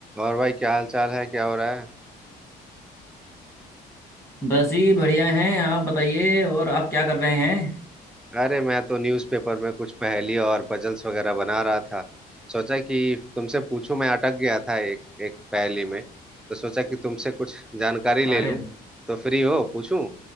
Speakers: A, in the centre; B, on the left.
A: और भाई क्या हाल चाल है क्या हो रहा है
B: बस ही बढ़िया हैं आप बताइए और आप क्या कर रहे हैं
A: अरे मैं तो न्यूज़पेपर में कुछ पहेली और पजल्स वगैरह बना रहा था सोचा कि तुमसे पूछूं मैं अटक गया था एक एक पहेली में तो सोचा कि तुमसे कुछ जानकारी
B: अरे
A: ले लूं तो फ्री हो पूछूं